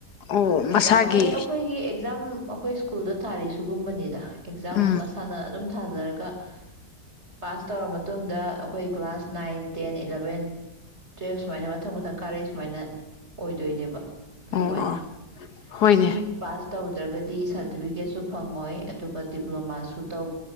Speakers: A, on the left; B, on the right.
A: ꯑꯣ
B: ꯑꯦꯛꯖꯥꯝ
A: ꯃꯁꯥꯒꯤ
B: ꯍꯥꯏꯗꯤ ꯑꯩꯈꯣꯏꯒꯤ ꯑꯦꯛꯖꯥꯝ ꯑꯩꯈꯣꯏ ꯁ꯭ꯀꯨꯜꯗ ꯊꯥꯔꯤ ꯁꯤꯨꯒꯨꯝꯕꯅꯤꯗ ꯑꯦꯛꯖꯥꯝ
A: ꯎꯝ
B: ꯃꯁꯥꯟꯅ ꯑꯗꯨꯝ ꯊꯥꯖꯔꯒ ꯄꯥꯁ ꯇꯧꯔꯕ ꯃꯇꯨꯡ ꯗ ꯑꯩꯈꯣꯏ class nine ten eleven twelve ꯁꯨꯃꯥꯏꯅ ꯃꯊꯧ ꯃꯊ ꯁꯪ ꯀꯥꯔꯦ ꯁꯨꯃꯥꯏꯅ ꯑꯣꯏꯗꯣꯏꯅꯦꯕ ꯑꯗꯨꯃꯥꯏꯅ
A: ꯑꯣ ꯑꯣ ꯍꯣꯏꯅꯦ
B: ꯁꯤ ꯇꯧꯗ꯭ꯔꯒꯗꯤ ꯁꯥꯔꯇꯤꯐꯤꯀꯦꯠꯁꯨ ꯐꯪꯉꯣꯏ ꯑꯗꯨꯒ ꯗꯤꯄ꯭ꯂꯣꯃꯥꯁꯨ ꯇꯧ